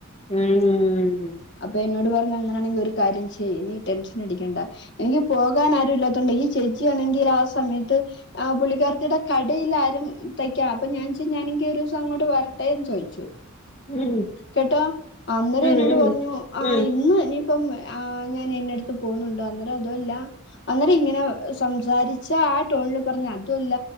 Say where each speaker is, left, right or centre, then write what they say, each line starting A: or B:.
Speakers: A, on the left (about 25°); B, on the left (about 50°).
A: ഉം
B: അപ്പോ എന്നോട് പറഞ്ഞ് അങ്ങനെണെങ്കിൽ ഒരു കാര്യം ചെയ്യ് നീ ടെൻഷൻ അടികെണ്ട എനിക്ക് പോകാൻ ആരും ഇല്ലാത്തേണ്ട് ഈ ചേച്ചി ആണെങ്കിൽ ആ സമയത്ത് ആ പുള്ളി വിദ്യാർത്ഥി യുടെ കടയിൽ ആരും തയ്ക്കാൻ, അപ്പോ ഞാൻചെന്ന് ഞാനുംകയറും. ഒരു ദിവസം അങ്ങോട്ട് വരട്ടെന്ന് ചോദിച്ചു.
A: ഉം.
B: കേട്ടോ അന്നേരം
A: ഉം
B: എന്നോട് പറഞ്ഞു ആ
A: ഉം ഉം
B: ഇന്ന് ഇനി ഇപ്പം ആ ഞാൻ ഇന്ന അടുത്ത് പോകുന്നുണ്ടോ അന്നേരം അതുമല്ല. അന്നേരം ഇങ്ങനെ സംസാരിച്ച് ആ ടോണിൽ പറഞ്ഞ് ആണ്. അതുല്ല,